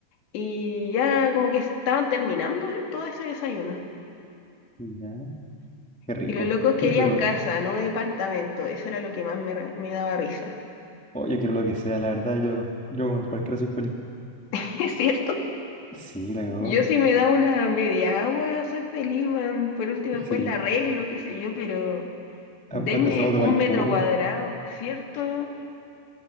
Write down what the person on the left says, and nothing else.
y ya como que estaban terminando eh, todo ese desayuno.
Y los locos
querían
casa, no departamento. Eso era lo que más me, re- me daba risa.
<laughs> ¿Es cierto?
Yo si me da una media agua, soy feliz, weón. Por último, después
la arreglo, qué sé yo, pero
deme
un
metro cuadrado, ¿cierto?